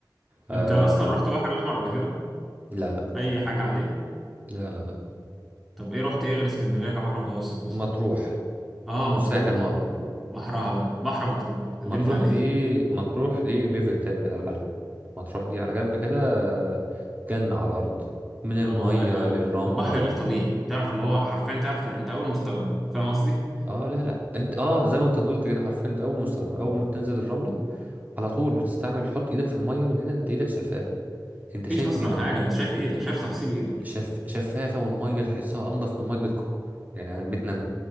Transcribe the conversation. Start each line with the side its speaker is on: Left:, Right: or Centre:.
Right: آه
Centre: انت اصلا رحت البحر الاحمر قبل كده
Right: لا لا
Centre: اي حاجه عليه
Right: لا لا لا
Centre: طب ايه رحت ايه غير اسكندريه كبحر متوسط مثلا
Right: مطروح
Centre: اه
Right: والساحل
Centre: مطروح
Right: مره
Centre: بحرها بقى بحر مطروح كلمني
Right: مطروح
Centre: عليه
Right: دي مطروح دي ليفل تاني كده لحالها مطروح دي على جنب كده آه، جنه على الارض من الميه
Centre: اه والله فعلا
Right: للرمله
Centre: البحر غير طبيعي تعرف اللي هو حرفيا تعرف انت اول مستخدم فاهم قصدي
Right: اه لا لا انت اه زي ما انت قلت كده حرفيا ده اول مستخدم اول ما بتنزل الرمله على طول بتستعمل تحط ايدك في الميه من هنا انت ايدك شفافه انت شايف
Centre: مفيش اصلا
Right: ايدك
Centre: حاجه انت شايف ايدك شايف تفاصيل ايدك
Right: شف... شفافه والميه تحسها انضف من ميه بيتكم يعني بيتنا انا